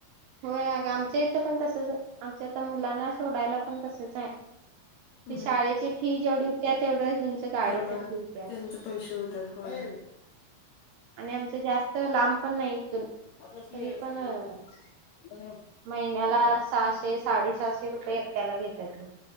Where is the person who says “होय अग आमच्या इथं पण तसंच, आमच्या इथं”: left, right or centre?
Right